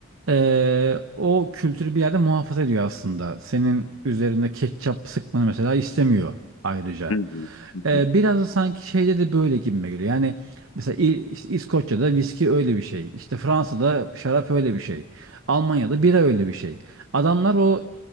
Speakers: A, on the right; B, on the left.
A: eee, o kültürü bir yerde muhafaza ediyor aslında. Senin üzerine ketçap sıkmanı mesela istemiyor ayrıca.
B: hı hı, hı
A: Ee,
B: hı,
A: biraz da sanki şeyde de böyle gibime geliyor. Yani mesela İ- işte İskoçya'da viski öyle bir şey. İşte Fransa'da şarap öyle bir şey. Almanya'da bira öyle bir şey. Adamlar o